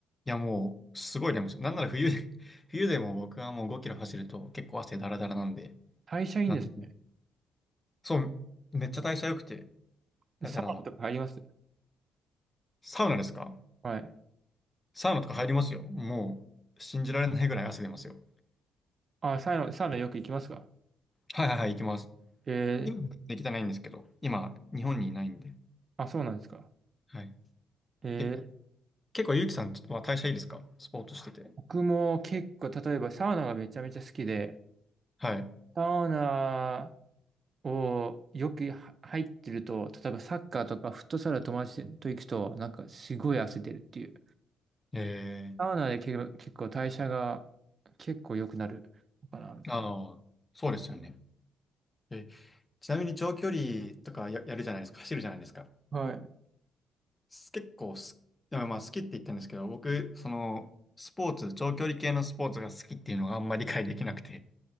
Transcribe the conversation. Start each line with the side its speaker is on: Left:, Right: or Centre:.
Left: いや、もう、すごい眠いですよ。なんなら冬で、<laughs> 冬でも僕はもう5キロ走ると結構汗だらだらなんで、
Right: 代謝いいんです
Left: なんとそう、めっちゃ代謝良くて。
Right: ね。
Left: だから、
Right: サウナとか入ります
Left: サウナですか
Right: はい。
Left: サウナとか入りますよ。もう、信じられないぐらい汗出ますよ。
Right: あ、サウナ、サウナよく行きますか
Left: はいはいはい、行きます。
Right: え
Left: 今、できてないんですけど、今、日本にいないんで。
Right: ー、あ、そうなんですか。
Left: はい。
Right: えー、
Left: え、結構、ゆうきさんは代謝いいですかスポーツしてて。
Right: 僕も結構、例えばサウナがめちゃめちゃ好きで、
Left: はい。
Right: サウナをよくは入ってると、例えばサッカーとかフットサル友達と行くと、なんかすごい汗出るっていう。
Left: え
Right: サウナで結構、結構代謝が結構良くなるのかな、みたい
Left: ー、ああ、そうですよね。え、ちなみに長距離とかや、やるじゃないですか。走るじゃないですか。
Right: なはい。
Left: す結構す、あまあ、好きって言ったんですけど、僕、その、スポーツ、長距離系のスポーツが好きっていうのがあんまり理解できなくて、